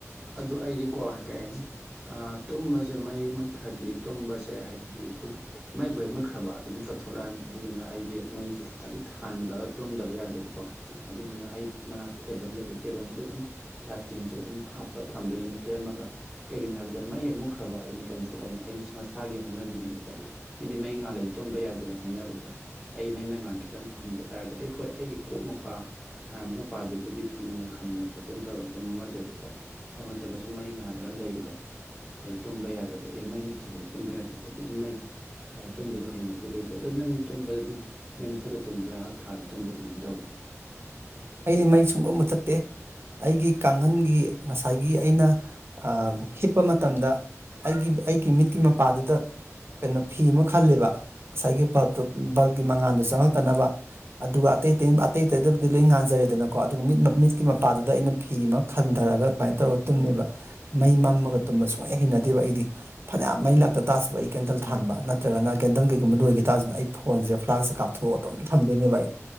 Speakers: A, in the centre; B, on the right.
A: ꯑꯗꯨ ꯑꯩꯗꯤꯀꯣ ꯀꯩ ꯍꯥꯏꯅꯤ ꯇꯨꯝꯕꯁꯦ ꯃꯩ ꯃꯨꯠꯈ꯭ꯔꯗꯤ ꯇꯨꯝꯕꯁꯦ ꯍꯥꯏꯕꯗꯤ ꯑꯗꯨꯝ ꯃꯩꯕꯨ ꯍꯦꯛ ꯃꯨꯠꯈ꯭ꯔꯕ ꯑꯗꯨꯝ ꯃꯤꯀꯞ ꯊꯣꯛꯂꯛꯑꯅꯤ ꯑꯗꯨꯗꯨꯅ ꯑꯩꯗꯤ ꯃꯩꯁꯦ ꯈꯤꯇꯪ ꯊꯥꯜꯂꯒ ꯇꯨꯝꯗꯕ ꯌꯥꯗꯦꯕꯀꯣ ꯑꯗꯨꯗꯨꯅ ꯑꯩ ꯃꯅꯥꯛꯇ ꯇꯦꯕꯜ ꯂꯩꯕ ꯇꯦꯕꯜꯁꯤꯗ ꯑꯗꯨꯝ ꯇꯦꯟꯁꯦ ꯑꯗꯨꯝ ꯍꯥꯞꯄ ꯊꯝꯗꯣꯏꯅꯤ ꯃꯩꯈꯦꯠ ꯑꯃꯒ ꯀꯩꯒꯤꯅꯣ ꯍꯥꯏꯕꯗ ꯃꯩ ꯍꯦꯛ ꯃꯨꯛꯈ꯭ꯔꯕ ꯑꯩꯅ ꯀꯝ ꯊꯣꯛꯂꯛꯑꯅꯤ ꯑꯩ ꯃꯁꯥꯒꯤ ꯍꯧꯅꯕꯤꯅꯦꯕꯀꯣ ꯃꯤꯗꯤ ꯃꯩ ꯉꯥꯜꯂꯗꯤ ꯇꯨꯝꯕ ꯌꯥꯗꯦꯒ ꯍꯥꯏꯅꯕꯗꯣ ꯑꯩ ꯃꯩ ꯃꯉꯥꯟ ꯈꯤꯇꯪ ꯐꯪꯕ ꯇꯥꯔꯗꯤ ꯑꯩ ꯍꯣꯏ ꯑꯩꯒꯤ ꯀꯣꯛ ꯃꯄꯥ ꯉꯥꯟꯕ ꯃꯄꯥꯗꯨꯕꯨꯗꯤ ꯐꯤ ꯅꯨꯡ ꯈꯟꯗꯅ ꯈꯣꯠꯇꯅ ꯇꯧꯔꯒ ꯃꯝꯍꯜꯂꯦꯕꯀꯣ ꯑꯗꯨ ꯅꯠꯇꯕ ꯁꯨꯝ ꯃꯩ ꯉꯥꯜꯂꯒ ꯂꯩꯕꯗꯣ ꯑꯗꯨ ꯇꯨꯝꯕ ꯌꯥꯗꯕꯒꯤ ꯃꯩ ꯃꯨꯠꯈꯤꯕꯗꯣ ꯇꯨꯝꯕ ꯌꯥꯗꯕꯒꯤ ꯑꯗꯨꯝ ꯃꯩ ꯊꯥꯜꯂꯒ ꯇꯨꯝꯕꯗꯣ ꯍꯩꯅ ꯇꯧꯋꯦ ꯑꯗꯨ ꯅꯪꯗꯤ ꯇꯨꯝꯕꯗ ꯑꯗꯨꯝ ꯃꯩ ꯃꯨꯊꯠꯂ ꯇꯨꯝꯕ꯭ꯔꯥ ꯊꯥꯜꯂꯒ ꯇꯨꯝꯕ꯭ꯔꯥ ꯀꯃꯥꯏꯅ ꯇꯧꯋꯦ
B: ꯑꯩꯗꯤ ꯃꯩ ꯁꯨꯡꯃꯨꯠ ꯃꯨꯊꯠꯇꯦ ꯑꯩꯒꯤ ꯀꯥꯡꯈꯟꯒꯤ ꯉꯁꯥꯏꯒꯤ ꯑꯩꯅ ꯑꯥ ꯍꯤꯞꯄ ꯃꯇꯝꯗ ꯑꯩꯒꯤ ꯑꯩꯒꯤ ꯃꯤꯠꯀꯤ ꯃꯄꯥꯗꯨꯗ ꯀꯩꯅꯣ ꯐꯤ ꯑꯃ ꯈꯜꯂꯦꯕ ꯉꯁꯥꯏꯒꯤ ꯕꯜꯇꯣ ꯕꯜꯕꯀꯤ ꯃꯉꯥꯜꯗꯣ ꯆꯪꯉꯛꯇꯅꯕ ꯑꯗꯨꯒ ꯑꯇꯩꯇꯩ ꯑꯇꯩ ꯑꯇꯩꯗꯕꯨꯗꯤ ꯂꯣꯏ ꯉꯥꯟꯖꯔꯦꯗꯅꯀꯣ ꯑꯗꯨꯒ ꯃꯤꯠ ꯃꯤꯠꯀꯤ ꯃꯄꯥꯗꯨꯗ ꯑꯩꯅ ꯐꯤ ꯑꯃ ꯈꯟꯊꯔꯒ ꯑꯗꯨꯃꯥꯏꯅ ꯇꯧ ꯒ ꯇꯨꯝꯃꯦꯕ ꯃꯩ ꯃꯝꯃꯒ ꯇꯨꯝꯕ ꯁꯨꯡꯍꯩ ꯍꯩꯅꯗꯦꯕ ꯑꯩꯗꯤ ꯐꯅꯌꯥꯝ ꯃꯩ ꯂꯥꯛꯇ ꯇꯥꯁꯨꯕ ꯑꯩ ꯀꯦꯟꯗꯜ ꯊꯥꯟꯕ ꯅꯠꯇ꯭ꯔꯒꯅ ꯀꯦꯟꯗꯜ ꯀꯩꯒꯨꯝꯕ ꯂꯣꯏꯒꯤ ꯇꯥꯔꯁꯨꯅꯦ ꯑꯩ ꯐꯣꯟꯁꯦ ꯐ꯭ꯂꯥꯛꯁꯦ ꯀꯥꯞꯊꯣꯛꯑ ꯑꯗꯨꯝ ꯊꯝꯗꯣꯏꯅꯦꯕ ꯑꯩ